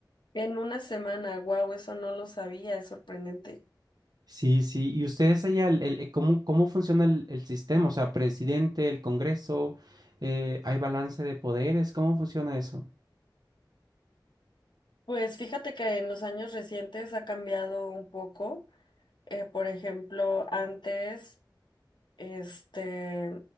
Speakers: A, on the left; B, on the right.
A: En una semana, wow, eso no lo sabía, es sorprendente.
B: Sí, sí. ¿Y ustedes allá, el, el- eh, cómo, cómo funciona el, el sistema? O sea, presidente, el Congreso, eh, ¿hay balance de poderes? ¿Cómo funciona eso?
A: Pues fíjate que en los años recientes ha cambiado un poco. eh, por ejemplo, antes, este,